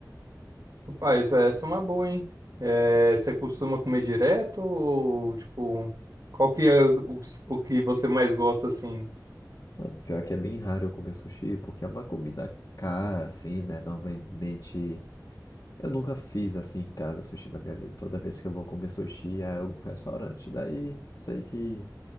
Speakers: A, on the right; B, on the left.
A: rapaz, vai essa é uma boa, hein? É, você costuma comer direto ou, tipo, qual que é o, o que você mais gosta, assim?
B: Mano, pior que é bem raro eu comer sushi, porque é uma comida cara, assim, né? Normalmente Eu nunca fiz assim em casa sushi na minha vida. Toda vez que eu vou comer sushi é um restaurante. Daí sei que